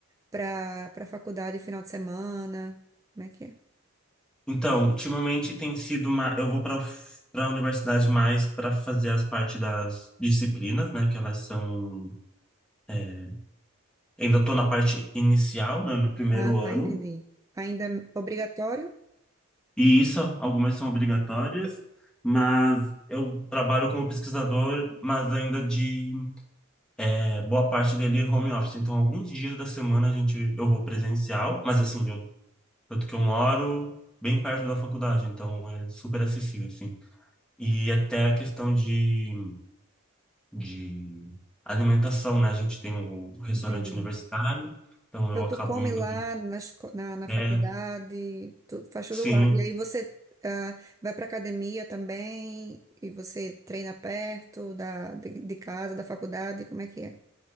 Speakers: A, on the right (about 15°); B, in the centre.
A: para para a faculdade final de semana? Como é que é?
B: Então, ultimamente tem sido uma. Eu vou para para a universidade mais para fazer as partes das disciplinas, né? Que elas são. é, ainda estou na parte inicial, né, no primeiro
A: Ah,
B: ano.
A: tá, entendi. Ainda é obrigatório?
B: E isso, algumas são obrigatórias, mas eu trabalho como pesquisador, mas ainda de é, boa parte dele home office. Então, alguns dias da semana a gente eu vou presencial, mas assim, eu, tanto que eu moro bem perto da faculdade, então é super acessível, assim. E até a questão de de alimentação, né? A gente tem o restaurante
A: Entendi.
B: universitário, então
A: Então,
B: eu acabo
A: tu come
B: indo.
A: lá na, esco- na, na
B: É,
A: faculdade, tu faz tudo
B: sim.
A: lá. E aí você ah, vai para academia também, e você treina perto da, de, de casa, da faculdade, como é que é?